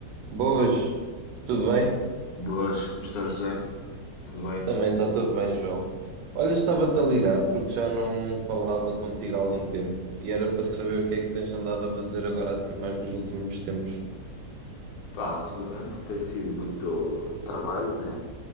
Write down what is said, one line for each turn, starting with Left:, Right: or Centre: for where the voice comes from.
Right: Boas, tudo bem?
Left: Boas, como está José? Tudo bem?
Right: Também está tudo bem, João. Olha, estava-te a ligar porque já não falava contigo há algum tempo e era para saber o que é que tens andado a fazer agora assim mais nos últimos tempos.
Left: Pá, ultimamente tem sido muito trabalho, né?